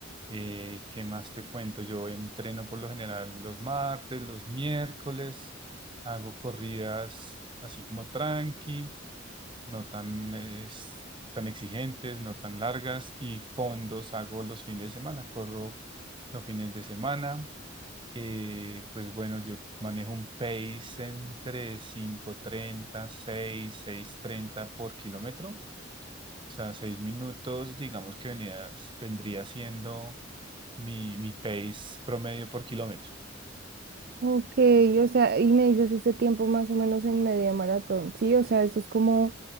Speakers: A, on the right; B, on the right.
A: Eh, ¿qué más te cuento? Yo entreno por lo general los martes, los miércoles, hago corridas así como tranqui no tan, es- tan exigentes, no tan largas y fondos hago los fines de semana, corro los fines de semana. Eh, pues bueno, yo manejo un pace entre cinco treinta seis seis treinta por kilómetro. O sea, 6 minutos, digamos que venías- vendría siendo mi, mi pace promedio por kilómetro.
B: Ok, o sea, y me dices ese tiempo más o menos en media maratón, ¿sí? O sea, eso es como